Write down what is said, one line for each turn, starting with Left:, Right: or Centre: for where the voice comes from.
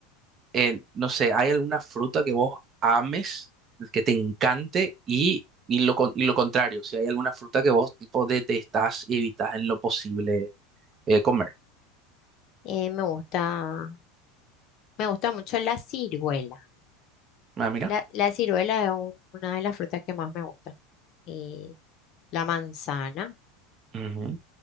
Right: eh, no sé, ¿hay alguna fruta que vos ames, que te encante y, y, lo, con- y lo contrario? Si hay alguna fruta que vos tipo detestás y evitas en lo posible eh, comer.
Left: Eh, me gusta, me gusta mucho la ciruela.
Right: Ah, mira.
Left: La, la ciruela es un- una de las frutas que más me gusta. Y la manzana,
Right: Ujú.